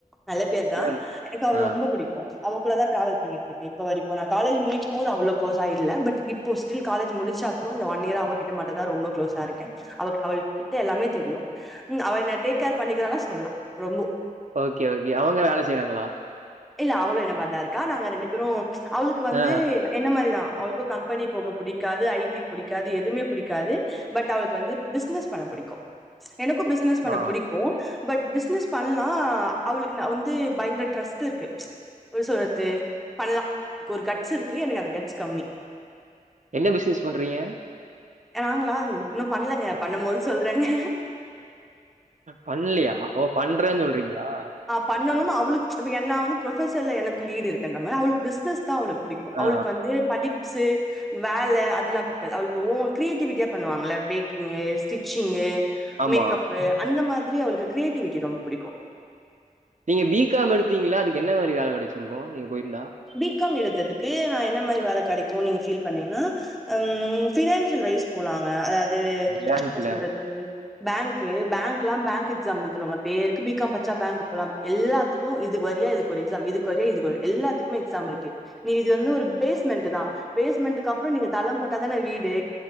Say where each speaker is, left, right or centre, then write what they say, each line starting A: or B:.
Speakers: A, in the centre; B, on the right.
A: நல்ல பேருதா
B: தெர்ல.
A: எனக்கு அவ
B: ஆ.
A: ரொம்ப புடிக் அ அவக்குள்ள தா டிராவல் பண்ணிட்ருக்கே இப்ப வரைக்கு நா காலேஜ் முடிக்கு போது அவ்ளோ க்ளோஸா இல்ல பட் இப் போ ஸ்டில் காலேஜ் முடிச்ச அப்புறோ இந்த ஒன் இயர் ஆவ கிட்ட மாட்டே தா ரொம்ப க்ளோஸா இருக்க அவ அவள் கிட்ட எல்லாமே தெரியு ம் அவ என்ன டேக் கேர் பண்ணிக்கிறாலா சொல்லா ரொம்ப
B: ஓகே ஓகே அவங்க வேல செய்றாங்களா
A: இல்ல அவ்ளோ என்ன மார்தா இருக்கா நாங்க ரெண்டு பேரு அவளுக்கு வந்து
B: ஆ,
A: என்ன மார்தா அவளுக்கு கம்பெனி போக புடிக்காது ஐ டி புடிக்காது எதும்மே புடிக்காது பட் அவளுக்கு வந்து பிஸ்னஸ் பண்ண புடிக்கு எனக்கு பிஸ் னஸ் பண்ண
B: ஆ.
A: புடிக்கு பட் பிஸ்னெஸ் பண்லா அவளுக்கு நா வந்து பயங்கர ட்ரஸ் து இருக்கு எப்டி சொல்றது பண்லா ஒரு கட்ஸ் இருக்கு எனக்கு அந்த கட்ஸ் கம்மி
B: என்ன பிஸ்னஸ் பண்றீங்க
A: நாங்களா இன்னு பண்ணலங்க பண்ணுபோது சொல்றேங்க
B: பண்லியா ஓ பண்றேன் சொல்றீங்களா
A: பண்ணனுன் அவளுக் இப்போ என்ன அவ வந்து ப்ரொபஷர்ல எனக்கு லீவு இருக்கின்ற மார் அவளுக் பிஸ்னஸ் தா அவளுக் புடிக்கு அவ்ளுக்
B: ஆ, ஆ.
A: வந்து படிப்ஸ்சு வேல அதெல்லா பிடிக்காது அவளுக் ஓன் கிரியேட்டிவிட்டியா பண்ணுவாங்கல பேக்கிங்கு ஸ்டிச்சிங்கு
B: ஆமா.
A: மேக்கப்பு அந்த மாதிரி அவளுக்கு கிரியேட்டிவிட்டி ரொம்ப புடிக்கு
B: நீங்க பிகாம் எடுத்தீங்களா அதுக்கு என்ன மாரி வேல கெடச்சிருக்கு நீங் போய்ருந்தா
A: பிகம் எடுத்ததுக்கு நா என்ன மாரி வேல கடைக்கு நீங்க ஃபீல் பண்ணீங்ன்னா ம் பினான்சியல் வைஸ் போலாங்க அதாவது
B: பேங்க்ல.
A: என்ன சொல்றது தெரிலியே பேங்க்கு பேங்க் எல்லா பேங்க் எக்ஸாம் எழுதுனுங்க பேருக்கு பிகாம் பச்சா பேங்க் போலா எல்லாத்துக்கு இது வறியா இதுக்கு ஒரு எக்ஸாம் இதுக்கு ஒறி இதுக் ஒர் எல்லாத்துக் கும் எக்ஸாம் இருக்கு நீ இது வந்து ஒரு பேஸ்மெண்ட் தா பேஸ்மெண்ட்க்கு அப்புறோ நீங்க தளம் போட்டா தானே வீடு